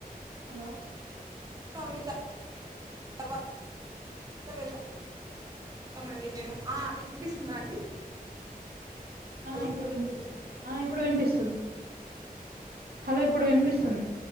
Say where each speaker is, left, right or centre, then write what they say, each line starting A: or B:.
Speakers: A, on the right (about 80°); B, on the right (about 25°).
A: హలో
B: స్వామి తలవాలా తర్వాత వెతామండి మేము ఆ వినిపిస్తుందా అండి
A: ఆ
B: హలో
A: ఇప్పుడు వినిపిస్తుంది ఆ ఇప్పుడు వినిపిస్తుంది హలో ఇప్పుడు వినిపిస్తుంది